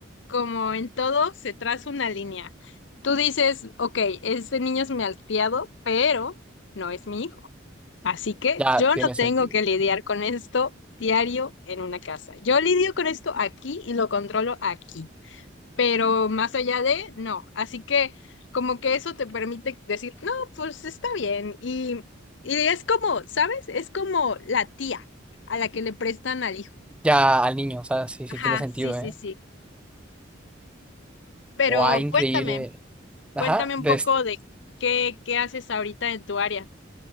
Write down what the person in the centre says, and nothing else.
Ya
tiene
sentido.
Ya al niño, o sea, sí, sí
tiene sentido,
¿eh?
Buah, increíble.
Ajá,
de